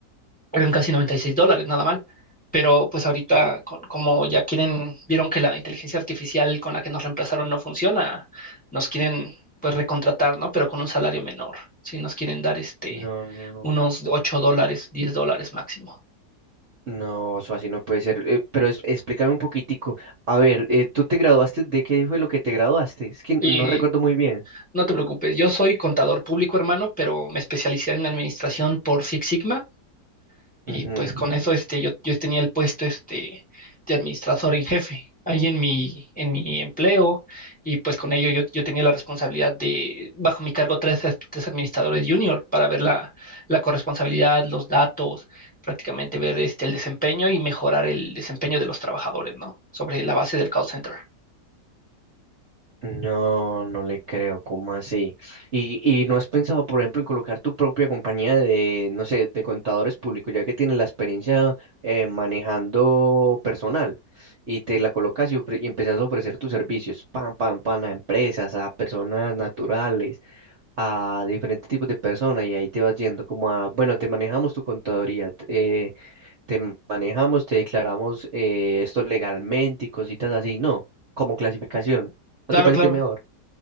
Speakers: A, in the centre; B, on the right (about 50°).
A: eran casi 96 dólares, nada mal. Pero pues ahorita,
B: Sí.
A: co- como ya quieren, vieron que la inteligencia artificial con la que nos reemplazaron no funciona, nos quieren pues recontratar, ¿no? Pero con un salario menor, si nos quieren dar este
B: No, no, no.
A: unos 8 dólares, 10 dólares máximo.
B: No, eso así no puede ser. Eh, pero es- explícame un poquitico. A ver, eh, ¿tú te graduaste? ¿De qué fue lo que te graduaste? Es que no
A: Y
B: recuerdo muy bien.
A: no te preocupes, yo soy contador público, hermano, pero me especialicé en administración por Six Sigma Y
B: Ujú.
A: pues con eso este, yo, yo tenía el puesto este, de administrador en jefe ahí en mi, en mi empleo y pues con ello yo, yo tenía la responsabilidad de, bajo mi cargo, tres, as- tres administradores junior para ver la, la corresponsabilidad, los datos, prácticamente ver este, el desempeño y mejorar el desempeño de los trabajadores, ¿no? Sobre la base del call center.
B: No, no le creo, ¿cómo así? ¿Y, y no has pensado, por ejemplo, en colocar tu propia compañía de, no sé, de contadores públicos, ya que tienes la experiencia eh, manejando personal y te la colocas y, ofre- y empezás a ofrecer tus servicios, pam, pam, pam, a empresas, a personas naturales, a diferentes tipos de personas y ahí te vas yendo como a, bueno, te manejamos tu contaduría, t- eh, te manejamos, te declaramos eh, esto legalmente y cositas así, no, como clasificación.
A: Claro,
B: ¿No te parece
A: claro.
B: que es mejor?